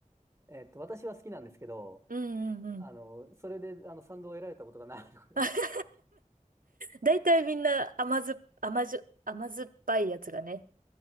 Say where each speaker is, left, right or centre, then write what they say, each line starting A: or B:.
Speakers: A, on the right (about 20°); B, on the right (about 85°).
A: えっと、私は好きなんですけど、
B: うんうんうん。
A: あの、それであの賛同を得られたことがないので
B: <laughs> 大体みんな甘酸っ、甘じょ、甘酸っぱいやつがね、